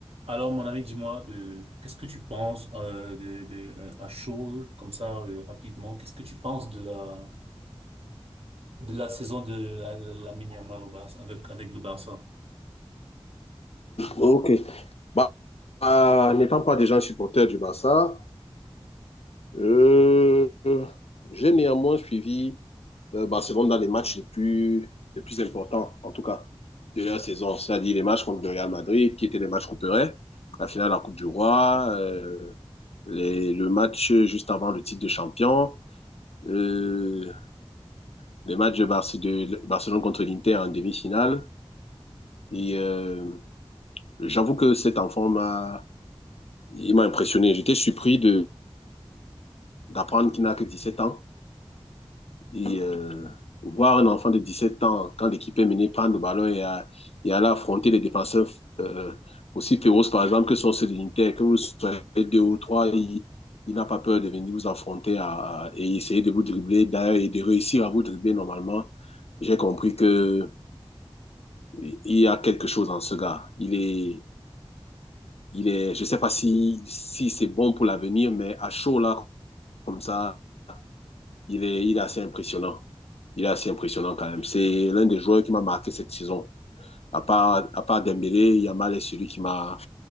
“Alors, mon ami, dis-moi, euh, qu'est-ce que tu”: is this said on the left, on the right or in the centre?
Right